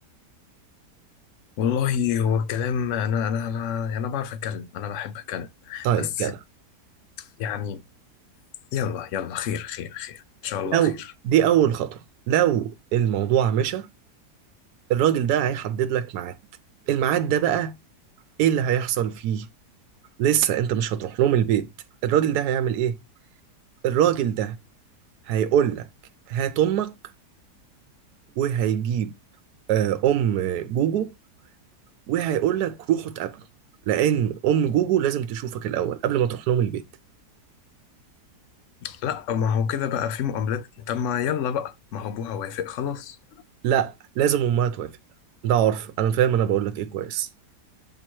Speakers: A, on the left; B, on the right.
A: والله هو الكلام انا انا انا أنا بعرف اتكلم انا بحب اتكلم
B: طيب
A: بس
B: كده
A: يعني يلا يلا خير خير خير ان شاء
B: لو
A: الله خير
B: دي أول خطوة لو الموضوع مشى الراجل ده هيحدد لك ميعاد الميعاد ده بقى إيه اللي هيحصل فيه لسه أنت مش هتروح لهم البيت الراجل ده هيعمل إيه الراجل ده هيقول لك هات أمك وهيجيب آه، أم جوجو وهيقول لك روحوا اتقابلوا لأن أم جوجو لازم تشوفك الأول قبل ما تروح لهم البيت
A: لا ما هو كده بقى في مقابلات طب ما يلا بقى ما هو ابوها وافق خلاص
B: لا لازم أمها توافق ده عرف أنا فاهم أنا بقول لك إيه كويس